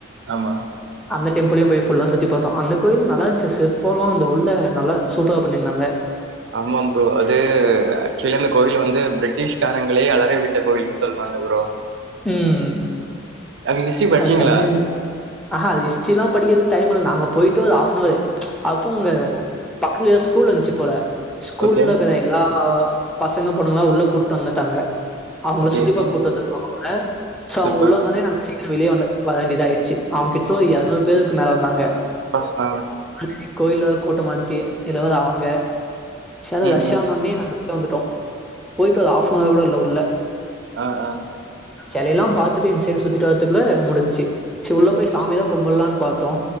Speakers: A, on the right; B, in the centre.
A: ஆமா
B: அந்த டெம்பிளயு போய் ஃபுல்லா சுத்தி பாத்தோ அந்த கோயில் நல்லாருந்துச்சி சிற்ப்போல்லா அந்த உள்ள நல்லா சூப்பரா பண்ணிருந்தாங்க
A: ஆமா ப்ரோ அது ஆக்சுவலி அந்த கோவில் வந்து பிரிட்டிஷ்காரங்களே அலர விட் ட கோயில்ன்னு சொல்லுவாங்க ப்ரோ
B: ம்
A: அங்க ஹிஸ்ட்ரி படிச்சீங்களா
B: அது செம்மையாருந் ஆஹா அது ஹி்ஸ்ட்ரில்லா படிக்கிறதுக்கு டைமில்ல நாங்க போயிட்டு ஒரு ஃஆப்னவரு அப்போ அங்க பக்கத்துல ஏதோ ஸ்கூல் இந்துச்சு போல ஸ்கூல்லருக்கற
A: ஓகே
B: எல்லா பசங்க பொண்ணுங்களா உள்ள கூப்ட்டு வந்துட்டாங்க அவுங்கள
A: ஓகே
B: சுத்தி
A: ஓகே
B: பாக்க கூப்ட்டு வந்துருக்காங்க அ சோ அவுங்க
A: சூப்பர்
B: உள்ள வந்தோனே நாங்க <unintelligible> வெளியே வர வேண்டியதா ஆயிடுச்சு அவங்கிட்ட ஒரு இரநூறு பேருக்கு மேல வந்தாங்க
A: <unintelligible> ஆ
B: ஆல்ரெடி கோயில் வேற கூட்டமா க்ஷருந்துச்சு இதுல வந்து அவுங்க செரி
A: ம்
B: ரஷ்ஷானோன்னே
A: ம்
B: வந்துட்டோ போயிட்டு ஒரு ஹாப்னவர் கூட இல்ல உள்ள
A: ஆ ஆ
B: செலையெல்லா பாத்துட்டு இந்த சைடு சுத்திட்டு வரத்துக்குள்ள முடிஞ்சு சேரி உள்ள போய் சாமியில்லா கும்புல்லான்னு பாத்தோ